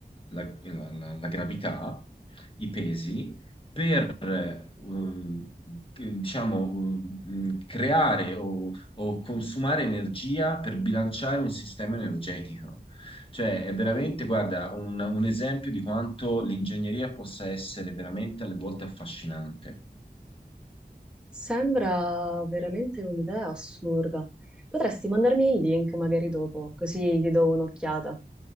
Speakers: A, on the left; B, in the centre.
A: la, la- la- la gravità i pesi per ehm, che- diciamo, mm, creare o, o consumare energia per bilanciare un sistema energetico. Cioè, è veramente, guarda, un, un esempio di quanto l'ingegneria possa essere veramente alle volte affascinante.
B: Sembra veramente un'idea assurda. Potresti mandarmi il link magari dopo, così gli do un'occhiata.